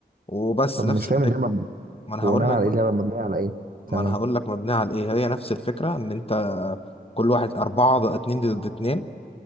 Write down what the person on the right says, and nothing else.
طب
مش فاهم
اللعبه ب-
بناء
على
ايه اللعبه مبنيه على ايه
تمام